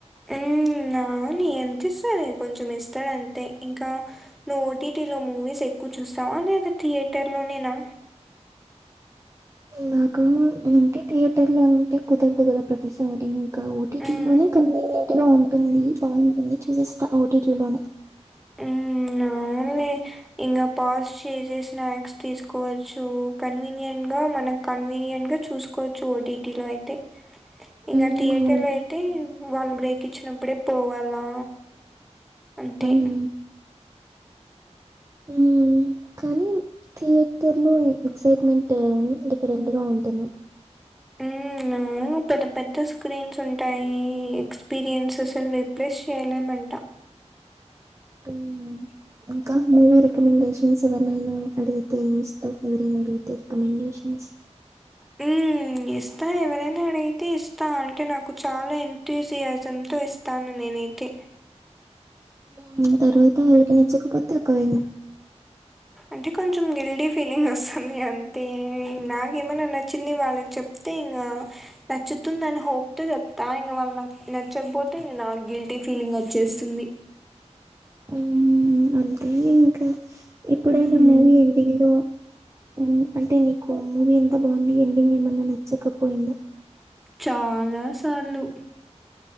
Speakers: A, in the centre; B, on the right.
A: మ్ అవును ఎంత ఇస్తారే కొంచెం ఇస్తాడు అంతే ఇంకా నువ్వు ఓటీటీలో మూవీస్ ఎక్కువ చూస్తావా లేదా థియేటర్లోనేనా?
B: నాకు అంటే థియేటర్ లో అంటే కుదరదు కదా ప్రతిసండే ఇంకా ఓటీటీ
A: మ్మ్
B: లోనే కన్వీనియంట్ గా ఉంటుంది. బాగుంటుంది చూసేస్తా ఓటీటీ లోనే
A: మ్మ్ అవునులే ఇంకా పాస్ చేసినా స్నాక్స్ తీసుకోవచ్చు కన్వీనియంట్గా మనకు కన్వీనియంంట్ గా చూసుకోవచ్చు ఓటీటీ లో అయితే ఇంకా
B: హ్మ్.
A: థియేటర్
B: అవును.
A: లో అయితే వాళ్ళు బ్రేక్ ఇచ్చినప్పుడే పోవాలా. అంతే
B: హ్మ్. మ్ కానీ థియేటర్ లో ఎక్సైట్మెంట్ ఏమి ఎక్సైట్మెంట్ డిఫరెంట్ గా ఉంటుంది.
A: హ్మ్ అవును పెద్ద పెద్ద స్క్రీన్స్ ఉంటాయి. ఎక్స్పీరియన్సెస్లు రీప్లేస్ చేయలేమంట.
B: మ్ ఇంకా మూవీ రికమెండేషన్స్ ఎవరైనా అడిగితే ఏం ఇస్తావ్ ఎవరైనా అడిగి రికమెండేషన్స్
A: హ్మ్ ఇస్తా ఎవరైనా అడిగితే ఇస్తా అంటే నాకు చాలా ఎంతూసియాజంతో ఇస్ తాను నేనైతే
B: హ్మ్ తరవాత వాళ్ళకి నచ్చకపోతే ఒకవేళ
A: అంటే కొంచెం గిల్డీ ఫీలింగ్ వస్తుంది అంతే నాకేమైనా నచ్చింది వాళ్ళకి చెప్ తే ఇంగా నచ్చుతుందని హోప్ తో చెప్తా ఇంక వాళ్ళక్ నచ్చకపోతే ఇంగ నాకు గిల్ టీ ఫీలింగ్ వచ్చేస్తుంది
B: హ్మ్ అంతేలే ఇంకా ఎప్పుడైనా
A: హ్మ్
B: మూవీ ఎండింగ్ లో మ్మ్ అంటే నీ కు మూవీ ఎంత బాగుంది ఎండింగ్ ఏమన్నా నచ్చకపోయింది
A: చాలాసార్లు